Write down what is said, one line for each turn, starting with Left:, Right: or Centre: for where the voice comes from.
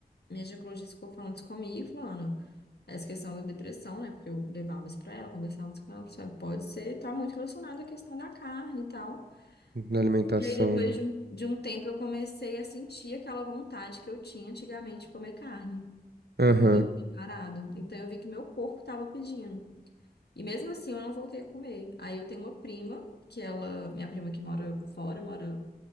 Left: minha ginecologista ficou falando isso comigo, falando "Ah, essa questão da depressão, né? Porque eu levava isso pra ela, conversava isso com ela, sabe? Pode ser, tá muito relacionado à questão da carne e tal.
Right: na alimentação,
Left: E aí, depois
Right: né?
Left: de um, de um tempo, eu comecei a sentir aquela vontade que eu tinha antigamente de comer carne
Right: Aham.
Left: quando eu tinha parado. Então eu vi que meu corpo estava pedindo. E mesmo assim eu não voltei a comer. Aí eu tenho uma prima, que ela, minha prima que mora fora, mora,